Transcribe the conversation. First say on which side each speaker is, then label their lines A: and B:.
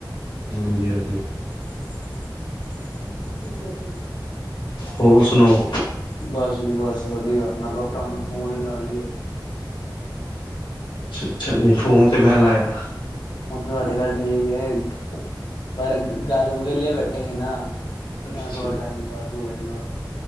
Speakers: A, on the left; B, on the left.
A: ਹਾਂਜੀ ਹਾਂਜੀ।
B: ਅ <unintelligible>
A: ਹੋਰ ਸੁਣਾਓ?
B: ਬਸ ਜੀ ਬਸ ਵਧੀਆ ਮੈਂ ਕਿਹਾ ਭਰਾ ਨੂੰ ਫੋਨ ਹੀ ਲਾ ਲਈਏ।
A: ਅੱਛਾ ਅੱਛਾ ਨਹੀਂ ਫੋਨ ਤੇ ਮੈਂ ਲਾਇਆ।
B: ਹੁਣ ਤੇ ਤੁਹਾਡੇ ਗੱਲ ਠੀਕ ਏ ਪਰ ਗੱਲ ਵੇਲੇ ਬੈਠੇ ਸੀ ਨਾ।
A: ਅੱਛਾ।
B: ਐਂ ਥੋੜਾ ਟਾਈਮ ਪਾਸ ਹੋ ਜ਼ਾਂਦਾ।